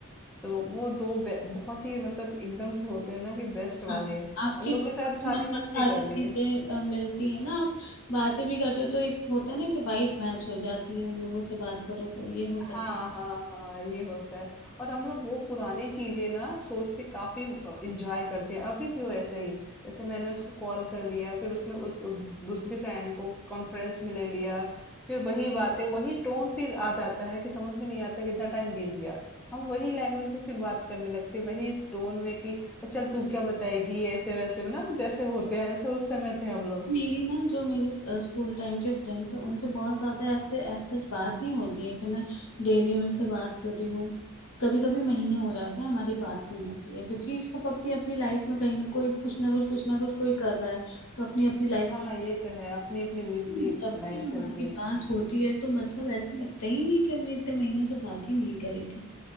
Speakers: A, in the centre; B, on the left (about 90°).
A: तो वो 2 बे बहुत ही मतलब एकदम से होते हैं ना कि बेस्ट वाले,
B: हाँ आपके
A: उन लोग
B: तो-
A: के साथ
B: आपकी
A: सारी
B: मतलब
A: मस्ती
B: सारी
A: कर
B: चीजें
A: लिए।
B: अ, मिलती है ना आप बातें भी करते हो तो एक होता है ना कि वाइब मैच हो जाती है उन लोगों से बात करो तो ये होता
A: हाँ,
B: है
A: हाँ, हाँ, ये होता है और हम लोग वो पुरानी चीजें ना सोच के काफी एंजॉय करते हैं अभी भी वो ऐसे ही जैसे मैंने उसको कॉल कर लिया फिर उसने उस दूसरी फ्रेंड को कॉन्फ्रेंस में ले लिया फिर वही बातें वही टोन फिर आ जाता है कि समझ में नहीं आता कितना टाइम बीत गया हम वही लैंग्वेज में फिर बात करने लगते हैं, वही टोन में कि चल तू क्या बताएगी ऐसे वैसे ना जैसे होते हैं जैसे उस समय थे हम लोग
B: मेरी ना जो मेरी स्कूल टाइम के फ्रेंड्स हैं उनसे बहुत ज्यादा ऐसे ऐसे बात नहीं होती है कि मैं डेली उनसे बात कर रही हूँ कभी कभी महीने हो जाते हैं हमारी बात नहीं होती है क्योंकि सब अपनी अपनी लाइफ में कहीं ना कोई कुछ ना कुछ कुछ ना कुछ कोई कर रहा है तो अपनी अपनी लाइफ
A: हाँ ये तो है अपनी अपनी बिजी
B: जब
A: लाइफ
B: भी हमारी
A: चलती
B: बात
A: है
B: होती है तो मतलब ऐसे लगता ही नहीं है कि हमने इतने महीनों से बात ही नहीं करी थी